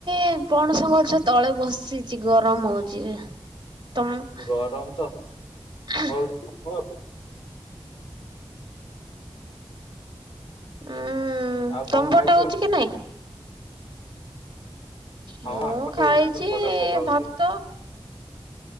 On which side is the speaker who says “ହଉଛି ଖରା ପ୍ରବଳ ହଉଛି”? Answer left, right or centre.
Left